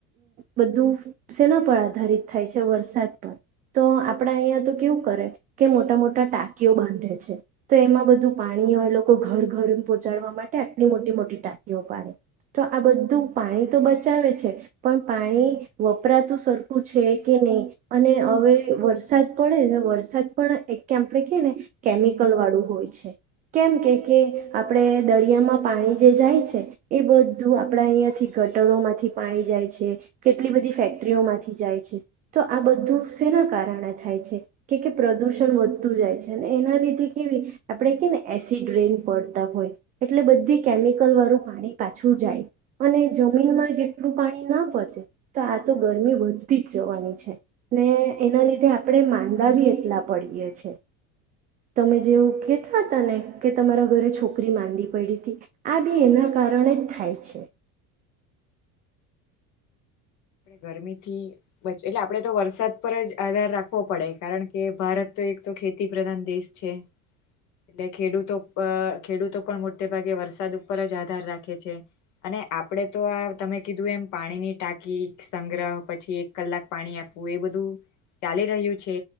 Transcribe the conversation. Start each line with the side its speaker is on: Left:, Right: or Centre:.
Right: બધું સેના પર આધારિત. થાય છે વરસાદ પર તો આપણા અહીંયા તો કેવું કરે કે મોટા મોટા ટાંકીઓ બાંધે છે તો એમાં બધું પાણી હોય લોકો ઘર ઘરે પહોંચાડવા માટે આટલી મોટી-મોટી ટાંકીઓ પાડે તો આ બધું પાણી તો બચાવે છે પણ પાણી વપરાતું સરખું છે કે નહીં અને હવે વરસાદ પડે ને વરસાદ પણ એક કે આપણે ક ને કેમિકલ વાળું હોય છે કેમ કે કે આપણે દરિયામાં પાણી જે જાય છે એ બધું આપણા અહીંયાથી ગટરોમાંથી પાણી જાય છે કેટલી બધી ફેક્ટરીઓમાંથી જાય છે. તો આ બધું શેના કારણે થાય છે કે કે પ્રદૂષણ વધતું જાય છે અને એના લીધે કેવી આપણે કે ને એસિડ રેન પડતા હોય એટલે બધી કેમિકલ વાળું પાણી પાછું જાય અને જમીનમાં જેટલું પાણી ના પોંચે તો આ તો ગરમી વધતી જ જવાની. છે ને એના લીધે આપણે માંદા બી એટલા પડીએ છે. તમે જેવું કેહેતા હતા ને કે તમારા ઘરે છોકરી માંદી પૈડી તી આ બી એના કારણે જ થાય છે.
Left: ગરમીથી એટલે આપડે તો વરસાદ પર જ આધાર રાખવો પડે કારણ કે ભારત તો એક તો ખેતી પ્રધાન દેશ છે એટલે ખેડૂતો પ ખેડૂતો પણ મોટે ભાગે વરસાદ ઉપર જ આધાર રાખે છે અને આપણેે તો આ તમે કીધું એમ પાણીની ટાંકી કી સંગ્રહ પછી એક કલાક પાણી આપવું એ બધું ચાલી રહ્યું છે